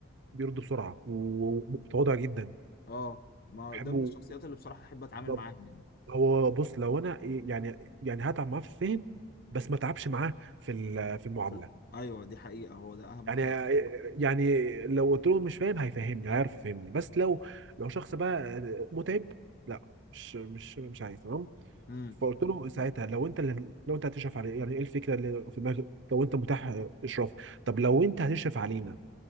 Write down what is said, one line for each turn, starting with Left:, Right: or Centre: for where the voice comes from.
Right: بيرد بسرعه ومتواضع جدا
Left: اه ما
Right: بحبه
Left: ده من الشخصيات اللي بصراحة احب اتعامل
Right: بالظبط
Left: معاها يعني
Right: هو بص لو انا إيه، يعني يعني هتعب معاه في الفهم بس ما تعبش معاه في ال- في المعامله
Left: في ال- ايوه دي حقيقة هو ده اهم
Right: يعني
Left: حاجة بصراحة
Right: يعني لو قلت له مش فاهم هيفهمني هيعرف يفهمني بس لو لو شخص بقى متعب لا مش مش مش عايز تمام
Left: امم
Right: فقلت له ساعتها لو انت اللي لو انت هتشرف علي يعني ايه الفكره اللي في دماغك لو انت متاح اشراف طب لو انت هتشرف علينا